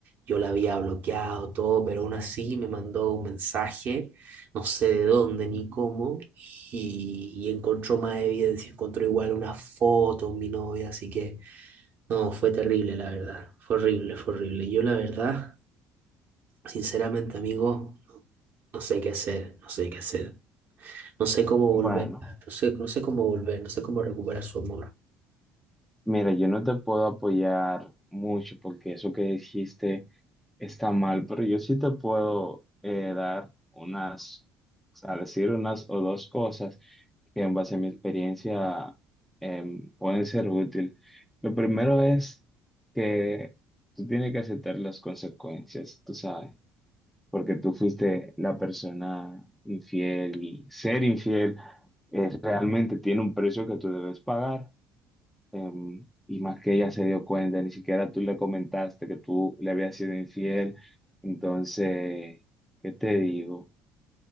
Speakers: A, on the right (about 45°); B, in the centre.
A: yo la había bloqueado todo, pero aún así me mandó un mensaje, no sé de dónde ni cómo, y, y encontró más evidencia, encontró igual una foto de mi novia, así que no, fue terrible la verdad, fue horrible, fue horrible. Yo la verdad, sinceramente amigo, no, no sé qué hacer, no sé qué hacer, no sé cómo
B: bueno,
A: volver, no sé, no sé cómo volver, no sé cómo recuperar su amor.
B: mira, yo no te puedo apoyar mucho porque eso que dijiste está mal, pero yo sí te puedo eh, dar unas, o sea, decir unas o dos cosas que en base a mi experiencia em, pueden ser útil. Lo primero es que tú tienes que aceptar las consecuencias, tú sabes, porque tú fuiste la persona infiel y ser infiel realmente tiene un precio que tú debes pagar. em, y más que ella se dio cuenta, ni siquiera tú le comentaste que tú le habías sido infiel. Entonces, ¿qué te digo?